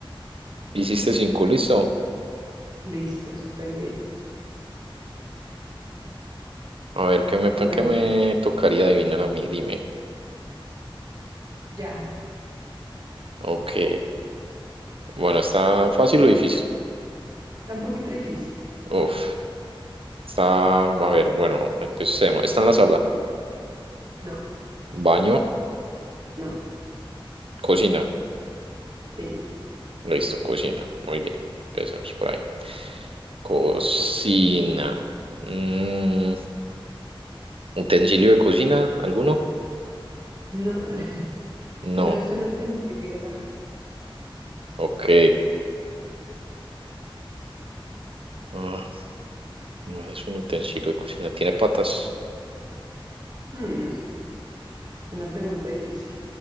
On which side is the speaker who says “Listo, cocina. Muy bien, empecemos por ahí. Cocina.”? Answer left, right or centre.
Right